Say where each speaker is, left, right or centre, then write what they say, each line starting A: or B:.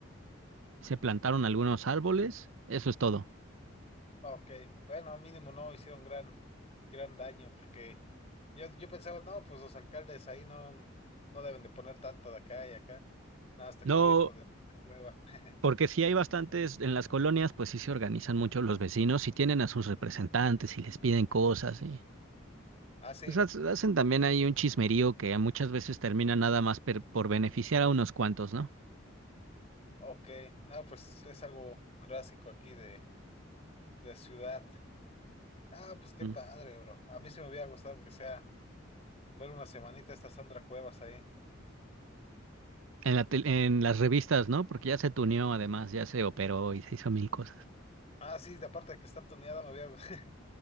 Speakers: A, on the right; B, on the left.
A: se plantaron algunos árboles, eso es todo.
B: Ah, Ok, bueno, mínimo no hicieron gran, gran daño, porque yo, yo pensaba, no, pues los alcaldes ahí no, no deben de poner tanto de acá y acá. No, hasta
A: No,
B: que vi esto de Santa Cuevas. <laughs>
A: porque sí hay bastantes en las colonias, pues sí se organizan mucho los vecinos y tienen a sus representantes y les piden cosas y
B: Ah, sí,
A: pues hac- hacen también ahí un chismerío que muchas veces termina nada más per- por beneficiar a unos cuantos, ¿no?
B: ok, no, pues es algo clásico aquí de, de ciudad. Ah, pues qué
A: Ujú.
B: padre, bro. A mí sí me hubiera gustado aunque sea. Ver una semanita esta Sandra Cuevas ahí.
A: En la tel- en las revistas, ¿no? Porque ya se tuneó, además, ya se operó y se hizo mil cosas.
B: Ah, sí, de aparte de que está tuneada, me voy a <laughs>